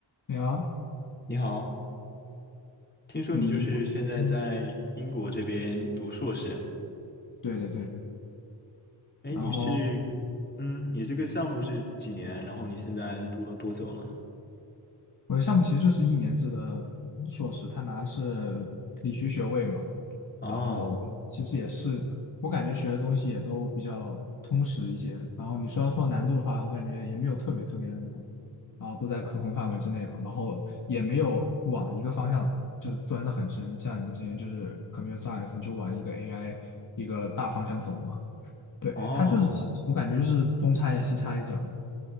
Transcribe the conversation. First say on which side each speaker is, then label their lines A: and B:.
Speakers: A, on the left; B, on the left.
A: 对啊，
B: 你好，听说你就是现在在英国这边读硕士，
A: 嗯嗯，对的对。
B: 哎，你是，
A: 然后
B: 嗯，你这个项目是几年？然后你现在读了多久了？
A: 我的项目其实就是一年制的硕士，他拿的是理学学位嘛。
B: 哦，
A: 然后其实也是，我感觉学的东西也都比较通识一些。然后你说要说难度的话，我感觉也没有特别特别的难啊，都在可控范围之内吧。然后也没有往一个方向就钻的很深，像你之前就是 computer science，你就往一个 AI 一个大方向走嘛。对，
B: 哦，
A: 它就是我感觉就是东插一下西插一脚的。